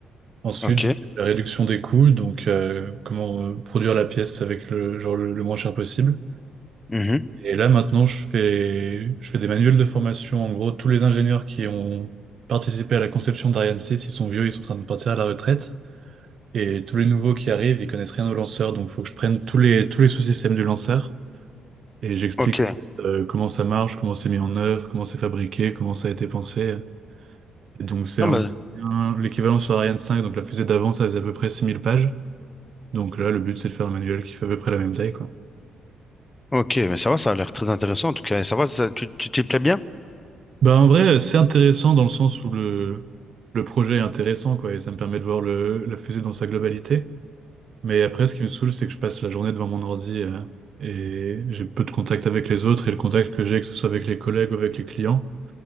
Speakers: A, on the right; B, on the left.
A: Ensuite
B: Ok.
A: j'ai fait la réduction des coûts, donc euh, comment euh, produire la pièce avec le genre le, le moins cher possible.
B: mhm,
A: Et là maintenant je fais je fais des manuels de formation. En gros tous les ingénieurs qui ont participé à la conception d'Ariane 6, ils sont vieux, ils sont en train de partir à la retraite. Et tous les nouveaux qui arrivent, ils connaissent rien au lanceur, donc faut que je prenne tous les tous les sous-systèmes du lanceur Et j'explique
B: Ok.
A: en fait, euh, comment ça marche, comment c'est mis en œuvre, comment c'est fabriqué, comment ça a été pensé. Et donc c'est
B: Ah
A: un,
B: bah,
A: un- l'équivalent sur Ariane 5, donc la fusée d'avant, ça faisait à peu près 6000 pages. Donc là, le but, c'est de faire un manuel qui fait à peu près la même taille, quoi.
B: ok, mais ça va, ça a l'air très intéressant en tout cas. Et ça va, ça- tu tu t'y plais bien?
A: Bah en vrai, c'est intéressant dans le sens où le, le projet est intéressant, quoi, et ça me permet de voir le, la fusée dans sa globalité. Mais après, ce qui me saoule, c'est que je passe la journée devant mon ordi euh, et j'ai peu de contact avec les autres, et le contact que j'ai, que ce soit avec les collègues ou avec les clients,